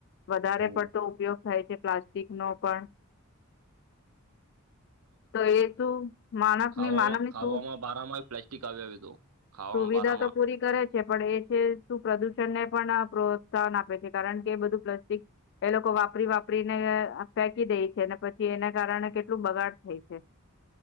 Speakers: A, on the left; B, on the right.
A: વધારે
B: બઉ
A: પડતો ઉપયોગ થાય છે પ્લાસ્ટિક નો પણ તો એ શું માનસની
B: ખાવામાં
A: માનવની
B: ખાવામાં
A: સુ
B: બારામાં પ્લાસ્ટિક આવી આવ્યું હતું ખાવામાં
A: સુવિધા
B: બારામાં
A: તો પૂરી કરે છે પણ એ છે પ્રદૂષણ ને પણ પ્રોત્સાહન આપે છે કારણ કે બધું પ્લસ એ લોકો વાપરી વાપરીને ફેંકી દે છે ને પછી એને કારણે કેટલું બગાડ થઈ છે